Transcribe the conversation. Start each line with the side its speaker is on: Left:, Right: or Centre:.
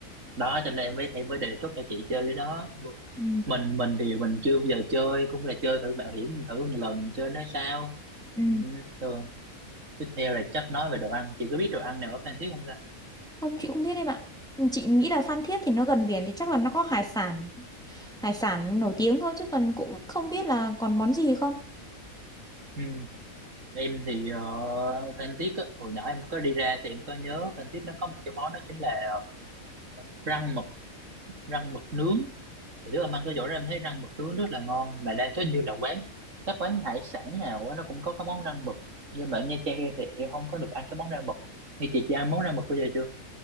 Right: đó cho nên em mới em mới đề xuất cho chị chơi cái đó
Centre: Ừ
Right: mình mình thì mình chưa bao giờ chơi cũng là chơi thử mạo hiểm thử một lần chơi nó sao
Centre: ừ.
Right: ừ, thường tiếp theo là chắc nói về đồ ăn chị có biết đồ ăn nào ở Phan Thiết không ta
Centre: Không chị không biết em ạ. Chị nghĩ là Phan Thiết thì nó gần biển thì chắc là nó có hải sản, hải sản nổi tiếng thôi chứ còn cũng không biết là còn món gì không.
Right: ừ, em thì ờ, Phan Thiết á, hồi nhỏ em có đi ra thì em có nhớ Phan Thiết nó có một cái món đó chính là răng mực rang mực nướng hồi trước em ăn cái chỗ đó em thấy rang mực nướng rất là ngon mà đa số như là quán các quán hải sản nào á, nó cũng có cái món rang mực nhưng mà ở Nha Trang em thì em không có được ăn cái món rang mực như chị chị ăn món rang mực bây giờ chưa